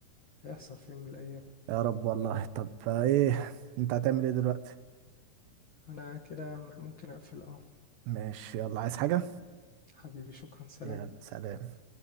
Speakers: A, on the left (about 55°); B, on the right (about 80°).
A: هيحصل في يوم من الأيام
B: يا رب والله طب ايه انت هتعمل ايه دلوقتي
A: أنا كده مح- ممكن أقفل أه
B: ماشي يلا عايز حاجة
A: حبيبي شكرا سلام
B: يلا سلام